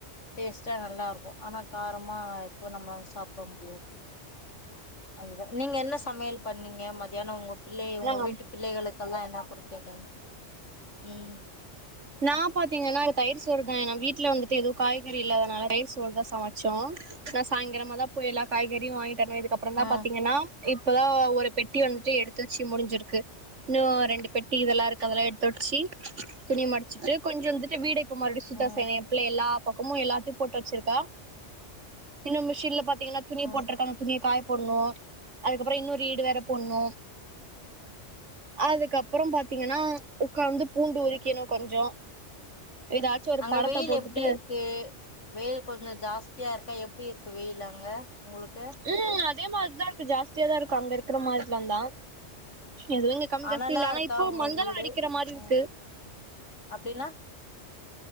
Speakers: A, on the left; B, on the right.
A: டேஸ்ட்டா நல்லா இருக்கு ஆனா காரமா எப்போ நம்மளால சாப்புட முடியாது அதுதா நீங்க என்ன சமையல் பண்ணீங்க மதியானோ உங்க பிள்ளே உங்க
B: ம்
A: வீட்டுக் பிள்ளைகளுக்கெல்லா என்னா குடுத்தீங்க உம்
B: நா பாத்தீங்னா தயிர் சோறுதா எங்க வீட்ல வந்துட்டு எதுவு காய்கறி இல்லாதுனால தயிர் சோறுதா சமச்சோ நா சாய்ங்கரமாதா போய் எல்லா காய்கறியு வாங்கிட்டு வரனு இதுக்கப்புறதா
A: ஆ
B: பாத்தீங்னா இப்பதா ஒரு பெட்டி வன்ட்டு எடுத்து வச்சி முடிஞ்சிருக்கு இன்னு ரெண்டு பெட்டி இதெல்லா இருக்கு அதெல்லா எடுத்து வச்சி துணி மடிச் சி வச்சிட்டு கொஞ்சோ வந்துட்டு வீட இப்ப மறுடி சுத்த
A: ஆ
B: செய்வே எப்பிள்ளே எல்லாப் பக்கமும் எல்லாத்தையு போட்டு வச்சிருக்கா இன்னு மிஷின்ல பாத்தீங்னா துணி
A: ஆ
B: போட்டருக்காங்க துணிய காய போடுணு அதுக்கப்புற இன்னொரு ரிடு வேற போடுணு அதுக்கப்புறம் பாத்தீங்னா உக்காந்து பூண்டு உரிக்கணு கொஞ்சோ ஏதாச்சு ஒரு
A: அங்க
B: படத்த
A: வெயில்
B: போட்டுட்டு
A: எப்டி இருக்கு வெயில் கொஞ்சே ஜாஸ்தியா இருக்கா எப்டி இருக்கு வெயில் அங்க உங்ளுக்கு
B: உம் அதே மாரிதா இருக்கு ஜாஸ்தியாதா இருக்கு அங்க இருக்கற மாரிலான்தா எதுவு இங்க கம்மி
A: அனலா
B: காஸ்தி இல்ல ஆனா
A: இருக்கா
B: இப்போ
A: உங்க
B: மந்தள
A: வீடு
B: அடிக்கிற மாரி
A: அ
B: இருக்கு
A: அப்டின்னா